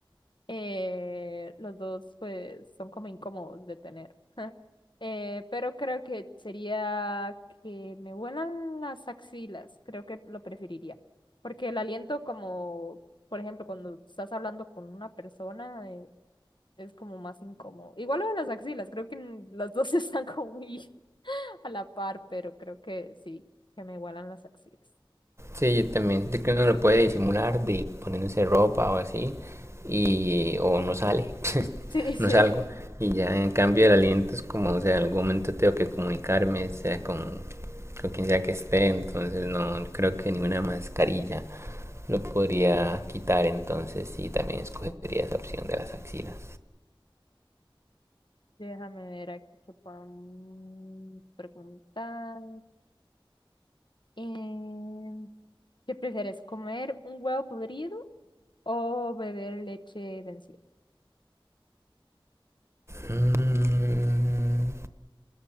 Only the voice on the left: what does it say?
eh, los dos pues son como incómodos de tener. <laughs> Eh, pero creo que sería que me huelan las axilas, creo que lo preferiría. Porque el aliento como, por ejemplo, cuando estás hablando con una persona, eh, es como más incómodo. Igual lo de las axilas, creo que mm, las dos <laughs> están como muy a la par, pero creo que sí, que me huelan las axilas.
<laughs> Sí, sí.
Déjame ver aquí qué podemos preguntar. Em, ¿qué prefieres, comer un huevo podrido o beber leche vencida?